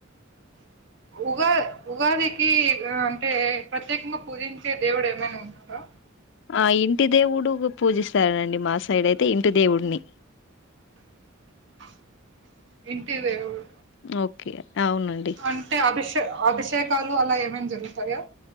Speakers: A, on the right; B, on the left.
A: <inaudible> ఉగా ఉగాదికి అంటే ప్రత్యేకంగా పూజించే దేవుడు ఏమైనా ఉంటారా
B: ఆ ఇంటి దేవుడు పూజిస్తారండి మా సైడ్ అయితే ఇంటి దేవుడిని
A: <inaudible> ఇంటిదేవుడు
B: ఓకే అవునండి
A: అంటే అభిషే అభిషే షేకాలు అలా ఏమైనా జరుగుతాయా